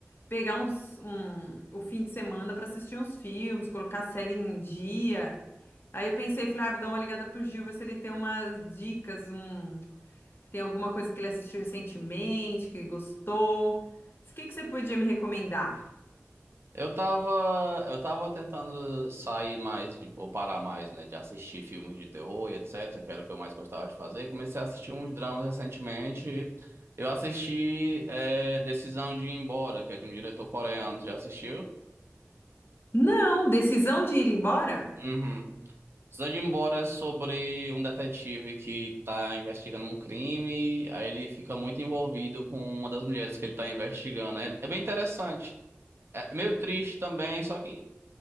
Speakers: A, on the left; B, on the right.
A: pegar uns, um, o fim de semana pra assistir uns filmes, colocar a série em dia. Aí eu pensei, falei, ah, vou dar uma ligada pro Gil, ver se ele tem umas dicas, um, tem alguma coisa que ele assistiu recentemente, que ele gostou. O que que você podia me recomendar?
B: Eu tava, eu tava tentando sair mais, de- ou parar mais, né, de assistir filmes de terror e etc, que era o que eu mais gostava de fazer. Comecei a assistir uns dramas recentemente. Eu assisti é, Decisão de ir embora, que é de um diretor coreano. Já assistiu?
A: Não, decisão de ir embora?
B: Uhum. Decisão de ir embora é sobre um detetive que tá investigando um crime, aí ele fica muito envolvido com uma das mulheres que ele tá investigando. É, é bem interessante. É meio triste também, só que